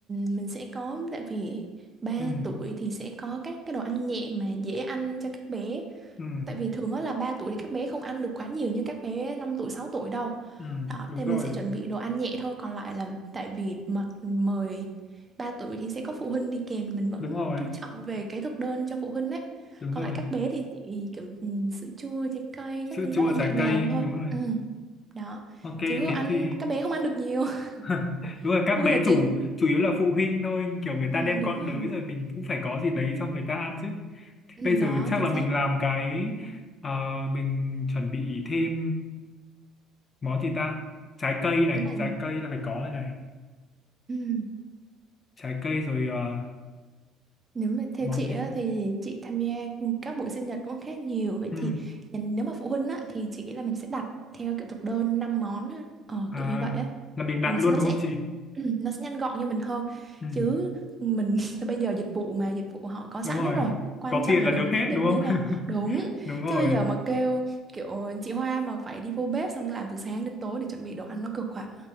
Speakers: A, on the right; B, on the left.
A: mình sẽ có, tại vì ba
B: ừ,
A: tuổi thì sẽ có các cái đồ ăn nhẹ mà dễ ăn cho các bé.
B: ừ,
A: Tại vì thường đó là 3 tuổi thì các bé không ăn được quá nhiều như các bé 5 tuổi, 6 tuổi đâu.
B: ừ,
A: Đó,
B: đúng
A: thì
B: rồi
A: mình sẽ chuẩn bị đồ ăn nhẹ thôi, còn lại là tại vì mặc mời ba tuổi thì sẽ có phụ huynh đi kèm, mình vẫn
B: đúng rồi
A: chú trọng về cái thực đơn cho phụ huynh đấy
B: đúng
A: Còn
B: rồi
A: lại các bé thì chỉ kiểu ừ, sữa chua, trái cây,
B: sữa
A: các thứ
B: chua
A: rất là nhẹ
B: trái
A: nhàng
B: cây
A: thôi.
B: đúng rồi
A: Ừ, đó.
B: ok
A: Chứ không
B: thế
A: ăn
B: thì
A: các bé không ăn được nhiều,
B: <laughs>
A: <laughs>
B: đúng rồi các
A: vui
B: bé
A: là chính.
B: chủ chủ yếu là phụ huynh thôi kiểu người
A: Ừ,
B: ta đem
A: đúng
B: con
A: rồi.
B: đới rồi mình cũng phải có gì đấy cho người ta ăn chứ thì
A: Ừ,
B: bây giờ
A: đó,
B: chắc
A: chính
B: là
A: xác.
B: mình làm cái ờ, mình chuẩn bị thêm món gì ta trái cây này
A: Thế là
B: trái cây là phải có rồi này
A: ừ.
B: trái cây rồi ờ,
A: Nếu mà theo
B: món
A: chị
B: gì
A: á, thì chị tham gia các buổi sinh nhật cũng khá nhiều vậy
B: ừ.
A: thì nhìn- nếu mà phụ huynh á, thì chị nghĩ là mình sẽ đặt theo kiểu thực đơn 5 món á. Ờ,
B: à,
A: kiểu như vậy á
B: là mình đặt
A: ừ,
B: luôn
A: thì nó
B: đúng
A: sẽ
B: không chị
A: ừ, nó sẽ nhanh gọn cho mình hơn
B: ừ.
A: chứ mình <laughs> bây giờ dịch vụ mà dịch vụ họ có
B: đúng
A: sẵn
B: rồi
A: hết rồi quan
B: có
A: trọng
B: tiền
A: là
B: là
A: mình
B: được
A: quyết
B: hết
A: định
B: đúng không
A: như thế nào đúng
B: <laughs> đúng rồi
A: chứ bây giờ mà kêu kiểu chị Hoa mà phải đi vô bếp xong làm từ sáng đến tối để chuẩn bị đồ ăn nó cực quá